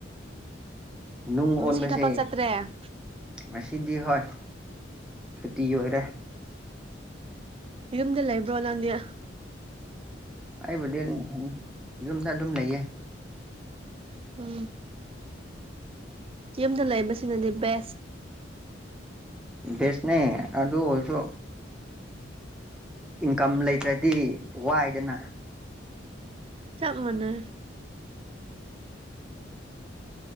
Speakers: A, in the centre; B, on the right (about 30°).
A: ꯅꯨꯡ
B: ꯉꯁꯤ
A: ꯑꯣꯟꯕꯁꯦ
B: ꯊꯕꯛ ꯆꯠꯇ꯭ꯔꯦ
A: ꯉꯁꯤꯗꯤ ꯍꯣꯏ ꯁꯨꯇꯤ ꯑꯣꯏꯔꯦ
B: ꯌꯨꯝꯗ ꯂꯩꯕ꯭ꯔꯣ ꯂꯥꯟꯗꯤꯌꯥ
A: ꯑꯩꯕꯨꯗꯤ ꯑꯗꯨꯝ ꯌꯨꯝꯗ ꯑꯗꯨꯝ ꯂꯩꯌꯦ
B: ꯎ ꯌꯨꯝꯗ ꯂꯩꯕꯁꯤꯅꯗꯤ ꯕꯦꯁ
A: ꯎ ꯕꯦꯁꯅꯦ ꯑꯗꯨ ꯑꯣꯏꯁꯨ ꯏꯟꯀꯝ ꯂꯩꯇ꯭ꯔꯗꯤ ꯋꯥꯏꯗꯅ
B: ꯆꯞ ꯃꯅꯦ